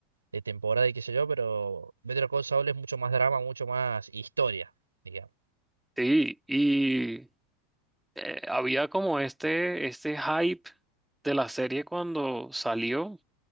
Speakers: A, on the right (about 80°); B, in the centre.
A: de temporada y qué sé yo, pero Better Call Saul es mucho más drama, mucho más historia, digamos.
B: sí. Y eh, había como este, este hype de la serie cuando salió,